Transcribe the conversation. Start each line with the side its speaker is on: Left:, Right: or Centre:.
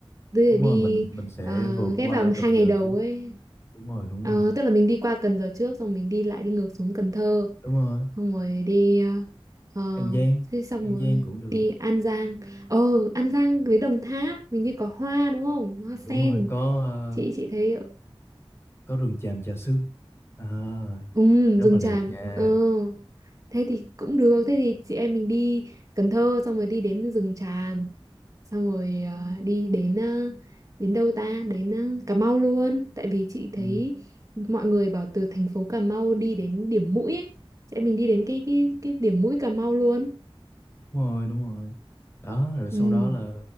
Right: tức
Left: đúng
Right: là đi
Left: rồi mình mình sẽ
Right: ờ,
Left: vượt qua
Right: ghép vào
Left: Cần
Right: hai
Left: Giờ
Right: ngày đầu
Left: chứ
Right: ấy.
Left: đúng rồi đúng
Right: Ờ,
Left: rồi
Right: tức là mình đi qua Cần Giờ trước, xong mình đi lại đi ngược xuống Cần Thơ.
Left: đúng rồi
Right: xong rồi đi ờ, ờ,
Left: An Giang
Right: thế xong
Left: An
Right: rồi
Left: Giang cũng được
Right: đi An Giang ờ An Giang với Đồng Tháp mình như có hoa đúng không hoa sen
Left: đúng rồi có ờ,
Right: chị chị thấy
Left: có rừng tràm Trà Sư à
Right: ừ
Left: rất
Right: rừng
Left: là đẹp
Right: tràm
Left: nha
Right: ờ thế thì cũng được thế thì chị em mình đi Cần Thơ xong rồi đi đến rừng tràm xong rồi ờ, đi đến ờ, đến đâu ta đến ờ, Cà Mau luôn tại vì chị thấy
Left: ừ,
Right: mọi người bảo từ thành phố Cà Mau đi đến điểm mũi ấy chị em mình đi đến cái cái cái điểm mũi Cà Mau luôn
Left: đúng rồi đúng rồi đó rồi sau
Right: Ừ.
Left: đó là